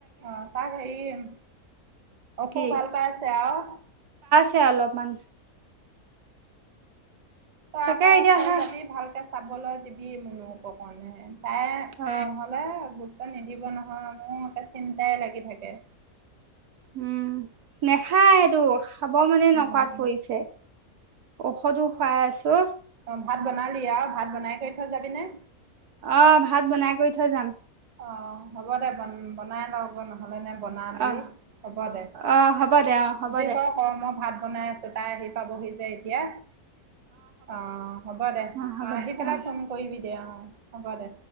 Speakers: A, on the right (about 70°); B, on the right (about 85°).
A: অ তাক হেৰি অশোক
B: কি
A: ভাল পাই আছে আৰু
B: পাইছে অলপমান।
A: তই
B: তাকে
A: আকৌ
B: এতিয়া
A: থ
B: সে
A: যাবি ভালকে চাবলৈ দিবি মুনোক কাৰণে। তাই
B: অ
A: নহ'লে গুৰুত্ব নিদিব নহয় মোৰ এটা চিন্তাই লাগি থাকে।
B: উম নেখায়টো খাব মানে
A: উম,
B: নকোৱাত পৰিছে। ঔষধো খুৱাই আছো।
A: অ ভাত বনালি আৰু ভাত বনাই কৰি থৈ যাবিনে
B: অ ভাত বনাই কৰি থৈ যাম।
A: অঁ হ'ব দে বনাই লওঁ নহ'লেনে বনা দেই
B: অ
A: হ'ব দে।
B: অ হ'ব দে অ হ'ব
A: যি
B: দে।
A: কৰ কৰ মই ভাত বনাই আছো তাই আহি পাবহি যে এতিয়া। অ হ'ব দে
B: অ হ'ব
A: অহ আহি
B: দে
A: পেলাই
B: অ
A: ফোন কৰিবি দে অ। হব দে।